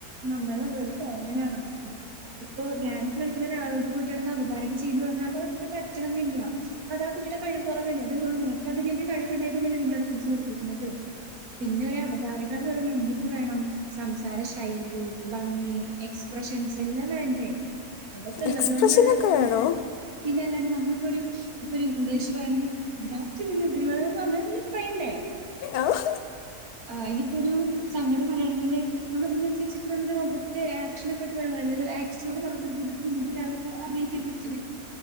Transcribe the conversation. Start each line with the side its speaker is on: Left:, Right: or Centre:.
Right: നമ്മളെ വെറും തോന്നലാണതക്കെ ഇപ്പൊ ഡാൻസ് കളിക്കണ ഒരാളോട് പോയിട്ട് അവതാരകം ചെയ്ന്ന് പറഞ്ഞാ ആ കുട്ടിക്ക് പറ്റണന്നില്ല. അതാ കുട്ടിയുടെ കഴിവ് കുറവന്നെ <unintelligible> അതിന്റെ കഴി <unintelligible> പിന്നെ ഒരു അവതാരകാന്ന് പറയുമ്പോ എന്തൊക്കെ വേണം. സംസാര ശൈലി, ഭംഗി, എക്സ്പ്രഷൻസ്, എല്ലാം വേണ്ടേ അതൊക്കെള്ളതോണ്ടാണ്പ്പം
Left: എക്സ്പ്രഷനൊക്കെ വേണോ
Right: പിന്നെ അല്ലാണ്ട് നമ്മളിപ്പോ ഒരു ഇപ്പൊരു ഇംഗ്ലീഷ് പറയണെങ്കി ഗുഡാഫ്റ്റർനൂൻ എവരി വൺ അങ്ങനെന്തെങ്കിലും പറയേണ്ടേ
Left: ആഹ്
Right: ആ ഇനിയിപ്പോ ഒരു സങ്കടം പറയയാണെങ്കില് നമ്മളെ അഭിനയം അൻനസരിച്ചിട്ട് നമ്മുടെ മുഖത്തെ ആക്ഷൻ ഒക്കെ ഇട്ട് വേണം ആറ്റിറ്റ്യൂഡ് വു <unintelligible> അഭിനയിക്കാൻ പറ്റും <unintelligible>